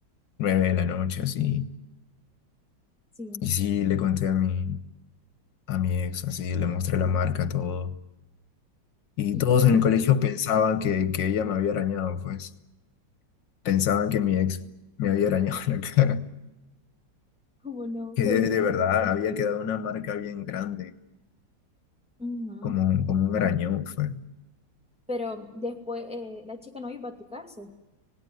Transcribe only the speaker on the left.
nueve de la noche, así.
Y sí, le conté a mi, a mi ex, así, le mostré la marca, todo. Y
todos
en
el colegio
pensaban que, que ella me había arañado, pues. Pensaban que mi ex me había arañado <laughs> la cara.
Que
de,
de
verdad
había
quedado una marca bien grande,
como, un- como un arañón fue.